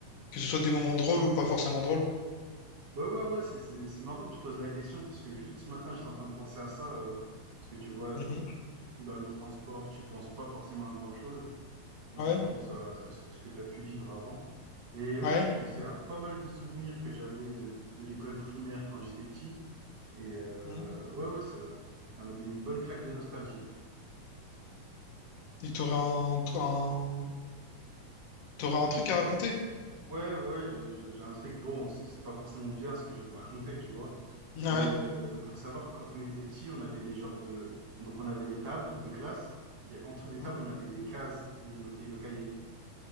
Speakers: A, on the left (about 70°); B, on the right (about 60°).
A: que ce soit des moments drôles ou pas forcément drôles.
B: Ouais, ouais, ouais, c'est c'est c'est marrant que tu poses la question parce que juste ce matin, j'étais en train de penser à ça euh, parce que tu vois,
A: Mhm.
B: de- je suis dans les transports, tu penses pas forcément à grand-chose et
A: Ouais,
B: tu penses à, à ce à ce que tu as pu vivre avant. Et ouais,
A: ouais.
B: j'ai pensé à pas mal de souvenirs que j'avais de, de, de l'école primaire quand j'étais petit et euh,
A: Mhm.
B: ouais, ouais, ça ça m'a donné une bonne claque de nostalgie.
A: Et t'aurais un, un, t'aurais un truc à raconter.
B: Ouais, ouais, je- je- j'ai un truc. Bon, c'est c'est pas forcément bien ce que je vais te raconter, tu vois.
A: <laughs>
B: Mais euh, donc, faut savoir que quand on était petit, on avait des genres de. Donc, on avait les tables de classe et en dessous des
A: Ouais.
B: tables,
A: Mhm.
B: on avait des cases où on mettait nos cahiers.